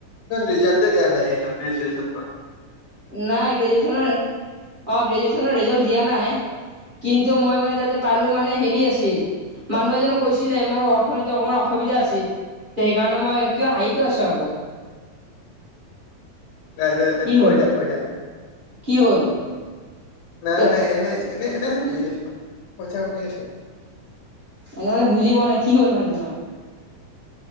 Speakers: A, on the left (about 75°); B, on the right (about 35°).
A: ৰিজালটেই দিয়া নাই। হেয়া গ্ৰেজচন।
B: নাই গ্ৰেজুৱেচনৰ অ' গ্ৰেজুৱেচনৰ ৰেজাল্ট দিয়া নাই। কিন্তু মই মানে তাতে পালোঁ, মানে হেৰি আছিল মানুহ এজননে কৈছিলে মোৰ অৰ্থনীতি অকণমান অসুবিধা আছিল ত' সেইকাৰণে মই কিয় হাঁহি কিয় আছ আকৌ?
A: নাই নাই নাই,
B: কি হ'ল
A: কৈ থাক কৈ থাক।
B: কি হ'ল?
A: নাই
B: কিয়
A: নাই এনে এনে এনে হাঁহি আছোঁ। পচাছো
B: মই মানে বুজি পোৱা নাই, কি হ'ল মানে তোমাৰ।